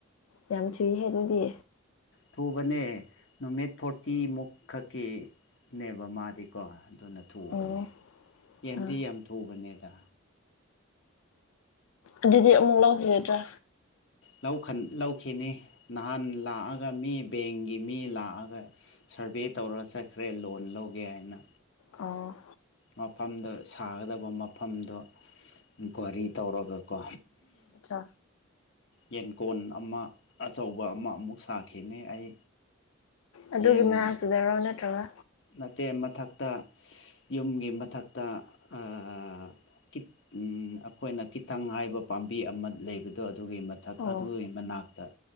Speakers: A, on the left (about 80°); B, on the left (about 55°).
A: ꯌꯥꯝ ꯊꯨꯏꯍꯦ ꯑꯗꯨꯗꯤ
B: ꯊꯨꯕꯅꯦ ꯅꯨꯃꯤꯠ ꯐꯣꯔꯇꯤꯃꯨꯛ ꯈꯛꯀꯤꯅꯦꯕ ꯃꯥꯗꯤꯀꯣ ꯑꯗꯨꯅ ꯊꯨꯕꯅꯦ
A: ꯑꯣ ꯑꯆꯥ
B: ꯌꯦꯟꯗꯤ ꯌꯥꯝ ꯊꯨꯕꯅꯦꯗ
A: ꯑꯗꯨꯗꯤ ꯑꯃꯨꯛ ꯂꯧꯒꯗ꯭ꯔꯥ
B: ꯂꯧ ꯂꯧꯈꯤꯅꯤ ꯅꯍꯥꯟ ꯂꯥꯛꯑꯒ ꯃꯤ ꯕꯦꯡꯒꯤ ꯃꯤ ꯂꯥꯛꯑꯒ ꯁꯔꯚꯦ ꯇꯧꯔ ꯆꯠꯈ꯭ꯔꯦ ꯂꯣꯟ ꯂꯧꯒꯦ ꯍꯥꯏꯅ
A: ꯑ
B: ꯃꯐꯝꯗ ꯁꯥꯒꯗꯕ ꯃꯐꯝꯗꯣ ꯏꯟꯀ꯭ꯋꯥꯔꯤ ꯇꯧꯔꯒ ꯀꯣ
A: ꯑꯆꯥ
B: ꯌꯦꯟꯀꯣꯟ ꯑꯃ ꯑꯆꯧꯕ ꯑꯃ ꯑꯃꯨꯛ ꯁꯥꯈꯤꯅꯤ ꯑꯩ
A: ꯑꯗꯨꯒꯤ
B: ꯌꯦꯟ
A: ꯃꯅꯥꯛꯇꯨꯗꯔꯣ ꯅꯠꯇ꯭ꯔꯒ
B: ꯅꯠꯇꯦ ꯃꯊꯛꯇ ꯌꯨꯝꯒꯤ ꯃꯊꯛꯇ ꯑꯩꯈꯣꯏꯅ ꯤꯊꯪ ꯍꯥꯏꯕ ꯄꯥꯝꯕꯤ ꯑꯃ ꯂꯩꯕꯗꯣ ꯑꯗꯨꯒꯤ ꯃꯊꯛ
A: ꯑꯣ
B: ꯑꯗꯨꯒꯤ ꯃꯅꯥꯛꯇ